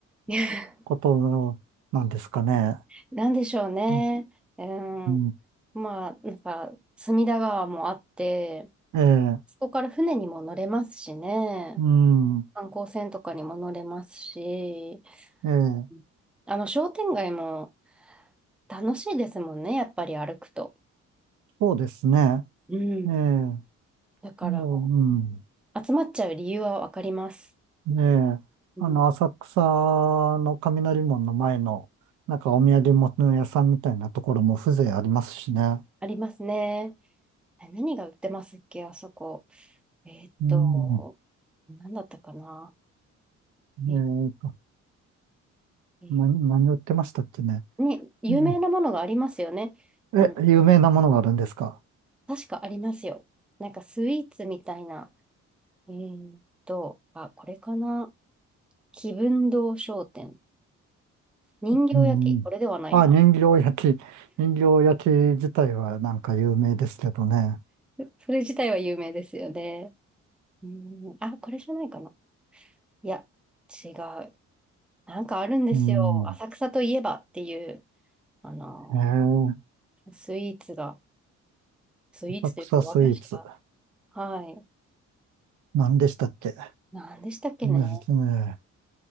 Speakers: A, in the centre; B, on the right.
A: <laughs>
B: ことなんですかね。
A: なんでしょうね。
B: うん、
A: うん。
B: うん
A: まあ、なんか、隅田川もあって、
B: ええ、
A: そこから船にも乗れますしね。
B: うん、
A: 観光船とかにも乗れますし、
B: ええ、
A: うんあの、商店街も楽しいですもんね、やっぱり歩くと。
B: そうですね。
A: うん。
B: ええ、あ
A: だから、
B: の、うん、
A: 集まっちゃう理由はわかります。
B: ねえ、
A: うん。
B: あの、浅草の雷門の前の、なんかお土産物屋さんみたいなところも風情ありますしね。
A: ありますね。え何が売ってますっけ、あそこ。えーっと、
B: うん、ね
A: 何だったかな。え、
B: えっと、
A: え
B: な、何売ってましたっけね。
A: に、有名なものがありますよね。
B: うんえ、
A: あの、
B: 有名なものがあるんですか
A: 確かありますよ。なんかスイーツみたいな。えーっと、あ、これかな。気分堂商店。人形焼き、
B: うん。
A: これではないな。
B: あ、人形焼き。人形焼き自体はなんか有名ですけどね。
A: それ自体は有名ですよね。うん、あ、これじゃないかな。いや、違う。なんかあるんですよ。
B: うん。
A: 浅草といえばっていう、あの、
B: えー、
A: スイーツが。スイーツというか和菓子が。
B: 浅草スイーツ。
A: はい。
B: 何でしたっけ
A: 何でしたっけね。
B: ね、ね